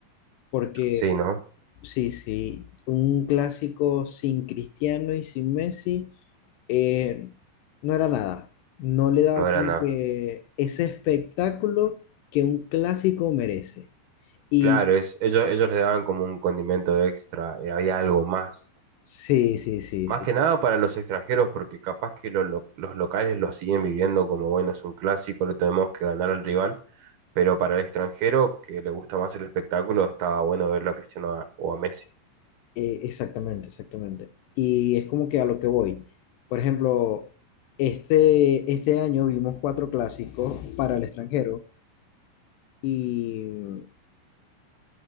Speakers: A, on the left; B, on the right.
A: porque
B: Sí, ¿no?
A: sí, sí, un clásico sin Cristiano y sin Messi eh, no era nada, no le daba
B: No era
A: como
B: nada.
A: que ese espectáculo que un clásico merece. Y
B: Claro, es, ellos, ellos le daban como un condimento extra, eh, había algo más.
A: sí, sí, sí,
B: Más
A: sí.
B: que nada para los extranjeros, porque capaz que lo- lo- los locales lo siguen viviendo como, bueno, es un clásico, lo tenemos que ganar al rival, pero para el extranjero que le gusta más el espectáculo, estaba bueno verlo a Cristiano a- o a Messi.
A: Eh, exactamente, exactamente. Y es como que a lo que voy. Por ejemplo, este, este año vimos cuatro clásicos para el extranjero y mm,